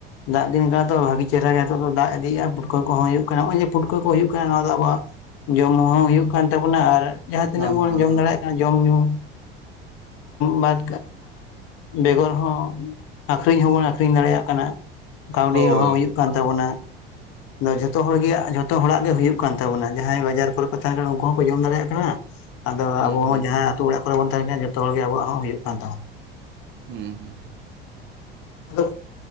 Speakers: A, on the left (about 50°); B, on the right (about 35°).
A: ᱫᱟᱜ ᱫᱤᱱ ᱠᱟᱱᱟ ᱛᱚ ᱵᱷᱟᱹᱜᱤ ᱪᱮᱦᱨᱟ ᱜᱮ ᱱᱤᱛᱚᱜ ᱫᱚ ᱫᱟᱜ ᱤᱫᱤᱭᱮᱜᱼᱟ ᱯᱩᱴᱠᱟᱹ ᱠᱚᱦᱚᱸ ᱦᱩᱭᱩᱜ ᱠᱟᱱᱟ ᱦᱚᱸᱜᱼᱚᱭ ᱡᱮ ᱯᱩᱴᱠᱟᱹ ᱠᱚ ᱦᱩᱭᱩᱜ ᱠᱟᱱ ᱱᱚᱣᱟ ᱫᱚ ᱟᱵᱚᱣᱟᱜ ᱡᱚᱢ ᱧᱩ ᱦᱚᱸ ᱦᱩᱭᱩᱜ ᱠᱟᱱ ᱛᱟᱵᱚᱱᱟ ᱟᱨ ᱡᱟᱦᱟᱸ ᱛᱤᱱᱟᱹᱜ
B: ᱦᱮᱸ
A: ᱵᱚᱱ
B: ᱦᱮᱸ
A: ᱡᱚᱢ ᱫᱟᱲᱮᱭᱟᱜ ᱠᱟᱱᱟ ᱡᱚᱢ ᱧᱩ ᱵᱟᱫ ᱵᱮᱜᱚᱨ ᱦᱚᱸ ᱟᱠᱷᱨᱤᱧ ᱦᱚᱸᱵᱚᱱ ᱟᱠᱷᱨᱤᱧ ᱫᱟᱲᱮᱭᱟᱜ ᱠᱟᱱᱟ ᱠᱟᱣᱰᱤ
B: ᱦᱳᱭ
A: ᱦᱚᱸ ᱦᱩᱭᱩᱜ ᱠᱟᱱ ᱛᱟᱵᱚᱱᱟ ᱟᱫᱚ ᱡᱷᱚᱛᱚ ᱦᱚᱲ ᱜᱮ ᱡᱚᱛᱚ ᱦᱚᱲᱟᱜ ᱜᱮ ᱦᱩᱭᱩᱜ ᱠᱟᱱ ᱛᱟᱵᱚᱱᱟ ᱡᱟᱦᱟᱸᱭ ᱵᱟᱡᱟᱨ ᱠᱚᱨᱮ ᱠᱚ ᱛᱟᱦᱮᱸᱱ ᱠᱟᱱᱟ ᱩᱱᱠᱩ ᱦᱚᱸᱠᱚ ᱡᱚᱢ ᱫᱟᱲᱮᱭᱟᱜ ᱠᱟᱱᱟ ᱟᱫᱚ
B: ᱦᱩᱸ
A: ᱟᱵᱚ
B: ᱦᱩᱸ
A: ᱦᱚᱸ ᱡᱟᱦᱟᱸᱭ ᱟᱛᱩ ᱚᱲᱟᱜ ᱠᱚᱨᱮ ᱵᱚᱱ ᱛᱟᱦᱮᱱ ᱠᱟᱱᱟ ᱡᱚᱛᱚ ᱦᱚᱲ ᱜᱮ ᱟᱵᱚᱣᱟᱜ ᱦᱚᱸ ᱦᱩᱭᱩᱜ ᱠᱟᱱ ᱛᱟᱵᱚᱱᱟ
B: ᱦᱩᱸ ᱦᱩᱸ
A: ᱟᱫᱚ